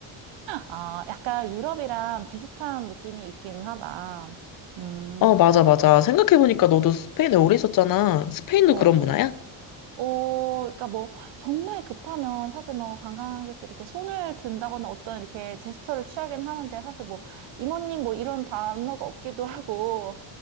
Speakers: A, on the right; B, on the left.
A: 아, 약간 유럽이랑 비슷한 느낌이 있기는 하다. 음,
B: 어, 맞아, 맞아. 생각해보니까 너도 스페인에 오래 있었잖아. 스페인도
A: 어.
B: 그런 문화야?
A: 어, 그러니까 뭐, 정말 급하면 사실 뭐, 관광객들이 이렇게 손을 든다거나 어떤 이렇게 제스처를 취하긴 하는데, 사실 뭐, 이모님 뭐 이런 단어가 없기도 하고,